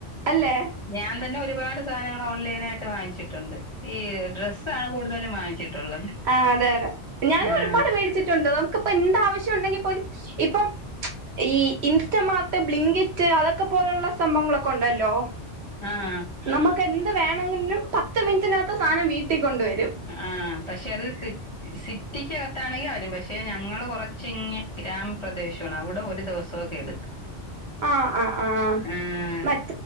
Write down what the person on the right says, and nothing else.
അല്ലേ
ആ അതെ അതെ ഞാൻ
ഒരുപാട് പേടിച്ചിട്ടുണ്ട് നമുക്കിപ്പന്താവശ്യം ഉണ്ടെങ്കിപ്പോ ഇപ്പം ഈ ഇൻസ്റ്റമാർട്ട് ബ്ലിങ്കിറ്റ് അതൊക്കെ പോലുള്ള സംഭങ്ങളൊക്കെ ഉണ്ടല്ലോ
നമുക്ക് എന്ത് വേണമെങ്കിലും പത്ത് മിനിറ്റിനകത്ത് സാധനം വീട്ടിൽ കൊണ്ട് വരും
ആഹ് ആഹ് ആഹ്
മ